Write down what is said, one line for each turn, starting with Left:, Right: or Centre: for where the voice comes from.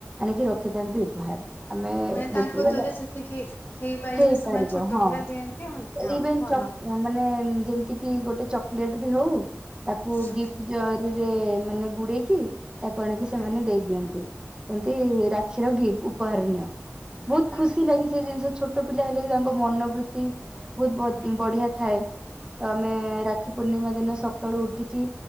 Right: ଆଣିକି ରଖିଥାନ୍ତି ଉପହାର୍। ଆମେ
Left: ମାନେ
Right: ଯେତେବେଳେ
Left: ତାଙ୍କ ଦ୍ଵାରା ଯେତିକି ହେଇପାରିବେ
Right: ହେଇପାରିବ
Left: ସେମାନେ ଛୋଟ
Right: -ହଁ।
Left: ପିଲା ଯେମିତି ହୁଅନ୍ତି
Right: ଏଇବେନ୍
Left: ହଁ ଭଲ
Right: ଚକ୍- ମାନେ ଯେମିତି କି ଗୋଟେ ଚକଲେଟ୍ ବି ହଉ ତାକୁ
Left: ହୁଁ
Right: ଗିଫ୍ଟ୍ ଜରି ଜରିରେ ମାନେ ଗୁଡେଇକି ତାକୁ ଆଣିକି
Left: ହୁଁ
Right: ସେମାନେ ଦେଇ ଦିଅନ୍ତି। ଏଇ ରାକ୍ଷୀର ଗିଫ୍ଟ ଉପହାର ନିଅ ବହୁତ୍
Left: ଆଜ୍ଞା
Right: ଖୁସି ଲାଗେ ସେ ଜିନିଷ ଛୋଟ ଛୋଟ ପିଲା ହେଲେ ବି ତାଙ୍କ ମନୋବୃତ୍ତି ବହୁତ୍ ବ-ବଢିଆ
Left: ହୁଁ
Right: ଥାଏ ତ ଆମେ
Left: ହୁଁ
Right: ରା ରାକ୍ଷୀ ପୂର୍ଣ୍ଣିମା ଦିନ ସକାଳୁ ଉଠିକି